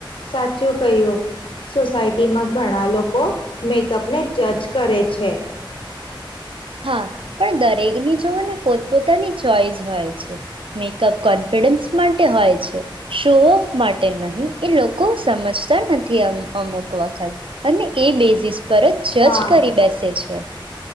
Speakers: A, on the left (about 75°); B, on the right (about 80°).
A: સાચું કહ્યું સોસાયટીમાં ઘણા લોકો મેકઅપને જજ કરે છે
B: હા પણ દરેકની જોઓને પોતપોતાની ચોઈસ હોય છે મેકઅપ કોન્ફિડન્સ માટે હોય છે શો ઓફ માટે નહીં એ લોકો સમજતા નથી અમ અમુક વખત અને એ બેઝીસ પર જ
A: હા
B: જજ કરી બેસે છે.